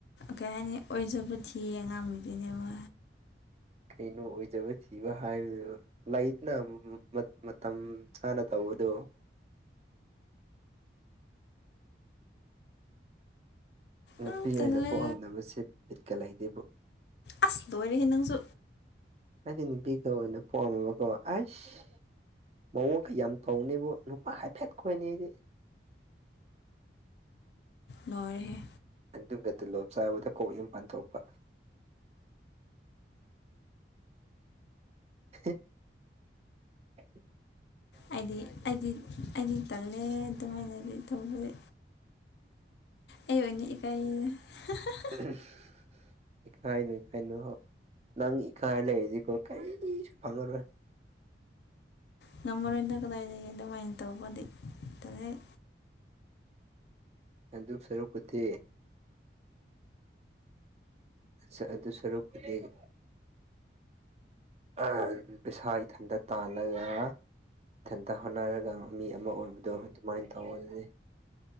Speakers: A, on the left; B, on the right.
A: ꯀꯩ ꯍꯥꯏꯅꯤ ꯑꯣꯏꯖꯕ ꯊꯤꯌꯦ ꯑꯉꯥꯡꯕꯨꯗꯨꯅꯦꯕ
B: ꯀꯩꯅꯣ ꯑꯣꯏꯖꯕ ꯊꯤꯕ ꯍꯥꯏꯕꯗꯨꯗ ꯂꯩꯗꯅ ꯃꯇꯝ ꯆꯥꯅ ꯇꯧꯕꯗꯣ ꯅꯨꯄꯤ
A: ꯎꯝ ꯇꯜꯂꯦ
B: ꯑꯣꯏꯅ ꯄꯣꯛꯑꯝꯗꯅꯕꯁꯦ ꯕꯤꯠꯀ ꯂꯩꯇꯦꯕꯨ
A: ꯑ ꯂꯣꯏꯔꯦꯍꯦ ꯅꯪꯁꯨ
B: ꯑꯩꯗꯤ ꯅꯨꯄꯤꯒ ꯑꯣꯏꯅ ꯄꯣꯛꯑꯝꯃꯕꯀꯣ ꯑꯩꯁ ꯃꯑꯣꯡ ꯀ ꯌꯥꯝ ꯇꯧꯅꯦꯕꯨ ꯅꯨꯄꯥ ꯍꯥꯏꯐꯦꯠ ꯈꯣꯏꯅꯤꯗꯤ
A: ꯂꯣꯏꯔꯦꯍꯦ
B: ꯑꯗꯨꯒ ꯇꯂꯣꯞ ꯆꯥꯕꯗ ꯀꯣꯛ ꯌꯨꯝ ꯄꯥꯟꯊꯣꯛꯄ꯫ ꯍꯦ <unintelligible>
A: ꯑꯩꯗꯤ ꯑꯩꯗꯤ ꯑꯩꯗꯤ ꯇꯜꯂꯦ ꯑꯗꯨꯃꯥꯏꯅꯗꯤ ꯇꯧꯕꯗꯤ꯫ ꯑꯨꯡ ꯑꯩꯑꯣꯏꯌꯦ ꯍꯥꯍꯥ
B: ꯎ <unintelligible> ꯏꯈꯥꯏꯅꯣ ꯏꯀꯥꯏꯅꯣ ꯅꯪ ꯏꯈꯥꯏ ꯂꯩꯔꯗꯤꯀꯣ ꯀꯔꯤꯁꯨ ꯐꯪꯉꯔꯣꯏ꯫
A: ꯉꯝꯃꯔꯣꯏꯗ ꯀꯗꯥꯏꯗꯒꯤꯑꯗꯨꯃꯥꯏ ꯇꯧꯕꯗꯤ ꯇꯜꯂꯦꯍꯦ꯫
B: ꯅꯟꯗꯨꯄ ꯁꯔꯨꯛꯄꯨꯗꯤ ꯁꯥ ꯑꯗꯨ ꯁꯔꯨꯛꯄꯨꯗꯤ <unintelligible> ꯑꯥ ꯄꯩꯁꯥ ꯏꯊꯟꯗ ꯇꯥꯜꯂꯒ ꯏꯊꯟꯇ ꯍꯣꯠꯅꯔꯒ ꯃꯤ ꯑꯃ ꯑꯣꯏꯕꯗꯣ ꯑꯗꯨꯃꯥꯏꯟ ꯇꯧꯑꯣ ꯑꯗꯨꯗꯤ